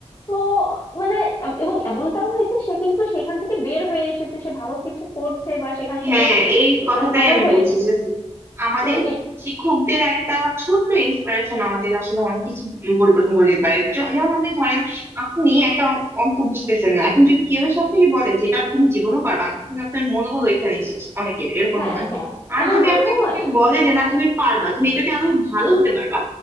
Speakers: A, on the left (about 35°); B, on the right (about 20°).
A: তো মানে এব- এবং এমনটাও হয়েছে সে কিন্তু সেখান থেকে বের হয়ে এসেছে সে ভালো কিছু করছে বা সেখান থেকে
B: হ্যাঁ এই
A: উম,
B: কথাটাই
A: ভালো
B: আমি
A: হয়েছে
B: বলছি যে আমাদের
A: এ- এ-
B: শিক্ষকদের একটা ছোট্ট ইন্সপিরেশন আমাদের আসলে অনেক কিছু পরিবর্তন করে দিতে পারে য- যেমন আপনি ধরেন আপনি একটা অঙ্ক বুঝতেছেন না এখন যদি কেউ এসে আপনাকে বলে যে এটা তুমি জীবনেও পারবা না তাহলে আপনার মনোবল ওইখানেই শেষ অনেকের এরকমই
A: হ্যাঁ
B: হয়
A: হ্যাঁ
B: আর
A: এমনটাই
B: যদি আপনাকে
A: হয়
B: কেউ বলে যে না তুমি পারবা তুমি এটাতে আরো ভালো হতে পারবা